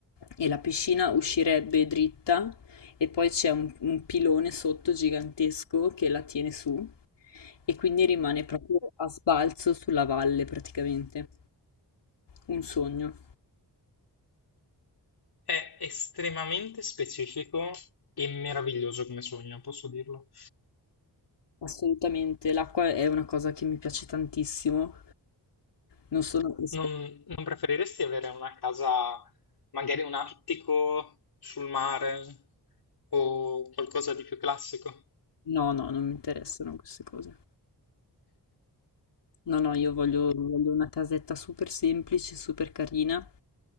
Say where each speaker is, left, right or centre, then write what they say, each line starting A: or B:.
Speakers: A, on the left; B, on the left.
A: e la piscina uscirebbe dritta e poi c'è un un pilone sotto gigantesco che la tiene su. E quindi rimane proprio a sbalzo sulla valle praticamente. Un sogno.
B: È estremamente specifico e meraviglioso come sogno, posso dirlo.
A: Assolutamente. L'acqua è una cosa che mi piace tantissimo. Non sono... esper-
B: Non, non preferiresti avere una casa, magari un attico sul mare o qualcosa di più classico?
A: No, no, non mi interessano queste cose. No, no, io voglio, voglio una casetta super semplice, super carina,